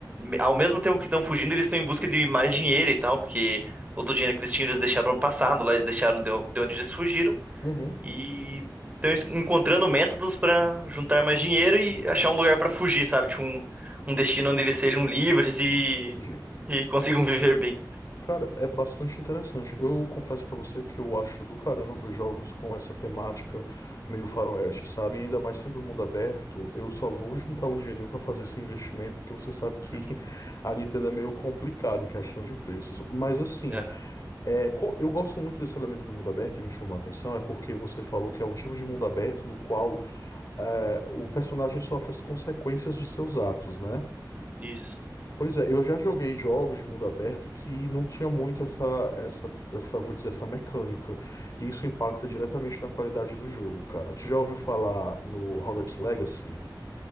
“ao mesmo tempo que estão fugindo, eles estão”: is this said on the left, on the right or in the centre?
Right